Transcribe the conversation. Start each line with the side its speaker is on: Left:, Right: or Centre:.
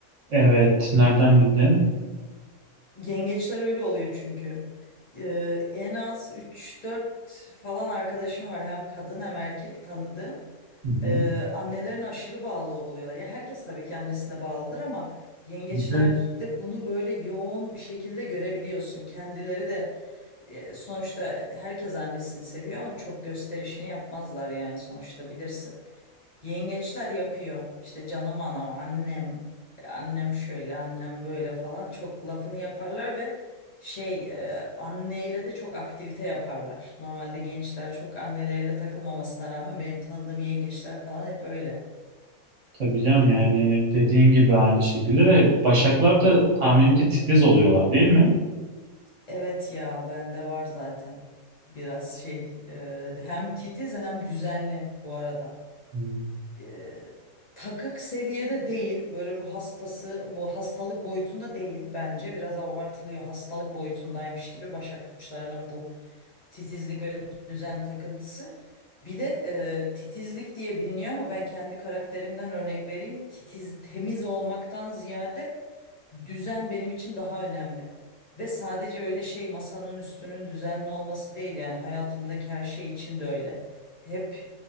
Right: Evet, nereden bildin?
Left: Yengeçler öyle oluyor çünkü. Ee, en az üç dört falan arkadaşım var hem kadın hem erkek tanıdığım.
Right: Hı hı.
Left: Ee, annelerine aşırı bağlı oluyorlar. Ya herkes tabii ki annesine bağlıdır ama yengeçlerde
Right: Tabii canım
Left: bunu böyle yoğun bir şekilde görebiliyorsun. Kendileri de e, sonuçta herkes annesini seviyor ama çok gösterişini yapmazlar yani sonuçta bilirsin. Yengeçler yapıyor. İşte canım anam, annem, annem şöyle, annem böyle falan çok lafını yaparlar ve şey e, anneyle de çok aktivite yaparlar. Normalde gençler çok anneleriyle takılmamasına rağmen benim tanıdığım yengeçler falan hep öyle.
Right: Tabii canım, yani dediğin gibi aynı şekilde de Başaklar
Left: Hmm.
Right: da tahminimce titiz oluyorlar değil mi?
Left: Evet ya bende var zaten biraz şey e, hem titiz hem düzenli bu arada.
Right: Hmm,
Left: e, takık seviyede değil. Böyle ruh hastası, bu hastalık boyutunda değil bence. Biraz abartılıyor. Hastalık boyutundaymış gibi Başak burçlarının bu titizlik ve düzen takıntısı. Bir de e, titizlik diye biliniyor ama ben kendi karakterimden örnek vereyim. Titiz, temiz olmaktan ziyade düzen benim için daha önemli. Ve sadece öyle şey masanın üstünün düzenli olması değil yani hayatımdaki her şey için de öyle. Hep